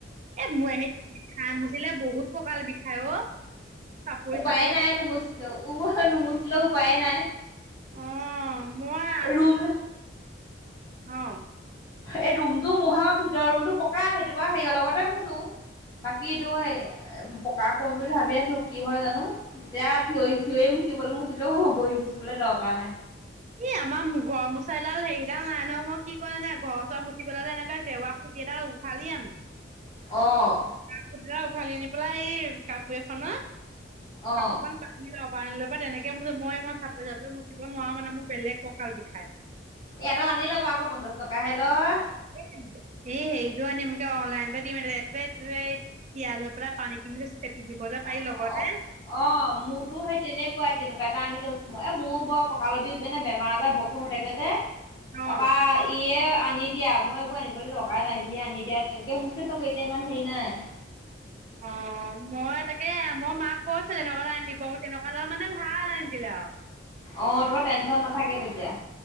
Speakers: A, on the right; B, on the left.
A: এ মই সেই খাই মুচিলে বহুত ককাল বিষাই অ। চাপৰি
B: উপায়
A: চাপৰি
B: নাই নুমুছিলেও উ নুমুছিলেও উপায়ে নাই।
A: অ মই
B: ৰুম
A: অ
B: এই ৰুমটো মোহাৰো ভিতৰৰ ৰুমটো পকাই সেইটো বাৰু হেৰিয়ৰ লগতে মুচো। বাকীটো পকা কৰিম বুলি ভাবি আছো কি হয় জানো তেতিয়া থিয় থিয়ই মুচিবলৈ মুচিলেও হব বহি মুচিবলে দৰকাৰ নাই।
A: ই আমাৰ ঘৰ মুচাইডাল হেৰিডাল নাই নহয় মই কি ক নাই ঘৰ চৰ মুচিব ললে এনেকোৱা জেউৱা খুঁটি এডাল উঘালি আনো।
B: অঁ।
A: খুঁটি এডাল উঘালি নি পেলাই এই কাপোৰ এখনত
B: অ',
A: কাপোৰ খন পানী লওঁ পানী লৈ পা তেনেকে মই মই চাপৰি চাপৰি মুচিব নোৱাৰো মানে মোৰ বেলেগ কঁকাল বিষায়।
B: এডাল আনি ল'বা আক পঞ্চাশ টকাহে লয়।
A: এ এই হেৰিটো আনিম ত অনলাইনতে দিম এইটোটে তিয়াই লৈ পেলাই পানীখিনি চেপি দিব যে পাৰি
B: অ',
A: লগতে।
B: অ মোৰতো সেই তেনেকুৱাই তেনেকুৱা এটা আনি লৈছো মই এ মোৰ বৰ ককালৰ বিষ বেমাৰ আজাৰ ব হৈ থাকে যে
A: অ
B: তাপা ইয়ে আনি দিয়া মই এইবোৰ আনিবলে দৰকাৰ নাই সিয়ে আনি দিয়া তেনেকে মুচি এতিয়া ইমান হেৰি নাই।
A: অ। মই তাকে মই মাক কৈছোঁ তেনেকুৱা এটা আনি দিব তেনেকুৱা এটা মানে ভাল আনি দিলে আও।
B: অ তোমাৰ টেনচন নাথাকে তেতিয়া